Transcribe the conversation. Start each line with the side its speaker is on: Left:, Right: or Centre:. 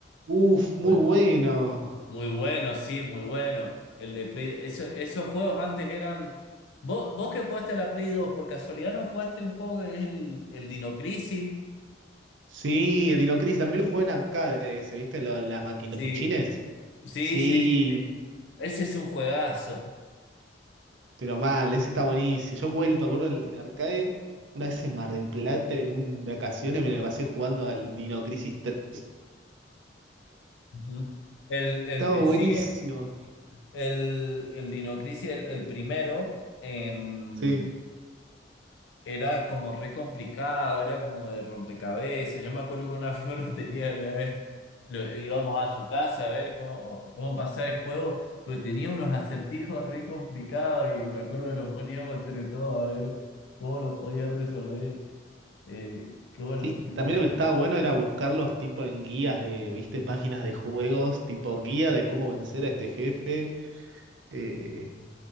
Right: Uf, muy
Left: O el-
Right: bueno.
Left: muy bueno, sí, muy bueno. El de Play, eso- esos juegos antes eran... Vos, vos que jugaste a la Play dos por casualidad no jugaste un juego que es el, el Dino Crisis.
Right: Sí, el Dino Crisis, también lo jugué en arcade ese, ¿viste? En Lo- en las maquinofichines.
Left: Sí, Sí,
Right: Sí,
Left: sí, sí, sí. Ese es un juegazo.
Right: pero mal, ese está buenísimo. Yo jugué, el- me acuerdo, en en arcade, una vez en Mar del Plata, en un vacaciones, me la pasé jugando al Dino Crisis 3.
Left: Ujú. El, el
Right: Estaba
Left: que
Right: buenísimo.
Left: sigue, el, el Dino Crisis, el, el primero, em,
Right: Sí.
Left: era como re complicado, era como de rompecabezas. Yo me acuerdo que una vez yo <laughs> lo tenía, una vez lo- íbamos a su casa a ver cómo, cómo pasar el juego, pero tenía unos acertijos re complicados y me acuerdo que nos poníamos entre todos a ver cómo los podían resolver. Eh, qué buenos
Right: Sí,
Left: tiempos.
Right: también lo que estaba bueno era buscarlos tipo en guías de, viste, páginas de juegos, tipo guía de cómo vencer a este jefe, eh,